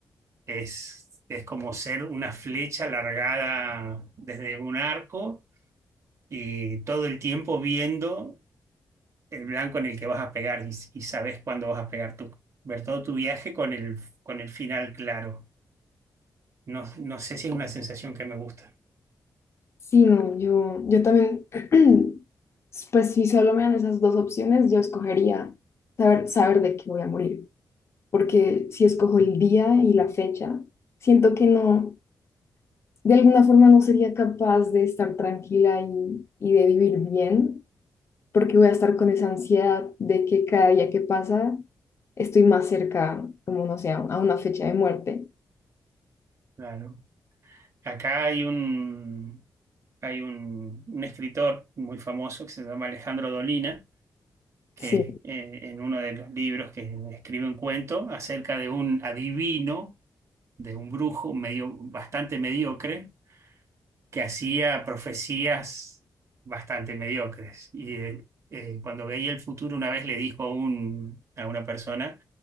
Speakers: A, on the right; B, on the left.
A: Es, es como ser una flecha largada desde un arco y todo el tiempo viendo el blanco en el que vas a pegar y, y sabes cuándo vas a pegar tú. Ver todo tu viaje con el, con el final claro. No, no sé si es una sensación que me gusta.
B: Sí, no, yo, yo también, <clears throat> pues si solo me dan esas dos opciones, yo escogería saber, saber de qué voy a morir, porque si escojo el día y la fecha, siento que no, de alguna forma no sería capaz de estar tranquila y, y de vivir bien porque voy a estar con esa ansiedad de que cada día que pasa estoy más cerca, como no sé, a a una fecha de muerte.
A: Claro. Acá hay un, hay un, un escritor muy famoso que se llama Alejandro Dolina que
B: Sí,
A: eh, en uno de los libros que escribe un cuento acerca de un adivino, de un brujo medio, bastante mediocre, que hacía profecías bastante mediocres. Y eh, eh, cuando veía el futuro, una vez le dijo a, un- a una persona,